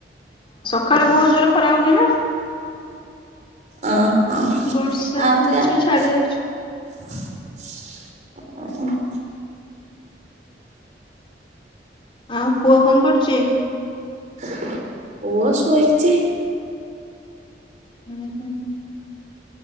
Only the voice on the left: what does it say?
ସଖାଳେ ବହୁତ ଜୋରେ ଖରା ହଉନି ନା।
ବର୍ଷା
ହଉଛି
ଛାଡି ଯାଉଛି।
ଆଉ ପୁଅ କଁ କରୁଚି?
ହୁଁ ହୁ।